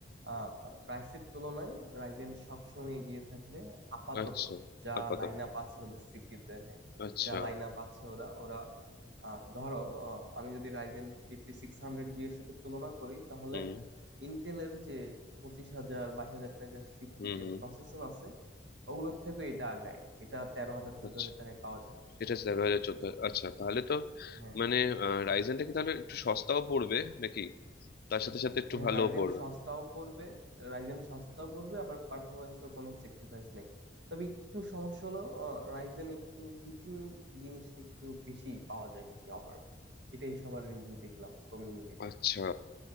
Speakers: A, on the right (about 70°); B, on the left (about 60°).
A: আহ প্রাইসের তুলনায় রাইজেন সবসময় এগিয়ে থাকবে আপাতত
B: আচ্ছা
A: যা
B: আপাতত
A: লাইন আপ আছে ওদের সিপিতে হ্যাঁ
B: আচ্ছা
A: যা লাইন আপ আছে ওরা ওরা আহ, ধরো আহ, আমি যদি Ryzen fifty six hundred G এর সাথে তুলনা করি তাহলে
B: হুম
A: ইন্টেলের যে পঁচিশ হাজার বাইশ হাজার টাকার সিপি
B: হুম হুম
A: প্রসেসর আছে ওগুলোর থেকে এটা আগায় এটা তেরো হাজার চোদ্দ
B: আচ্ছা
A: হাজার টাকায় পাওয়া যায়
B: সেটা আছে এগারো হাজার চোদ্দ আচ্ছা তাহলে তো
A: হ্যাঁ
B: মানে রাইজেনটা কি তাহলে একটু সস্তাও পড়বে নাকি তার সাথে সাথে একটু
A: হ্যাঁ
B: ভালোও
A: রাইজেন
B: পড়বে
A: সস্তাও পড়বে রাইজেন সস্তাও পড়বে আবার পারফরমেন্সও কোনো স্যাক্রিফাইস নেই তবে একটু সমস্যা হলো রাইজেন একটু হিটিং জিনিসটা একটু বেশি পাওয়া যায় নাকি ওভারঅল এটাই সবার রিভিউ দেখলাম কমিউনিটিতে
B: আচ্ছা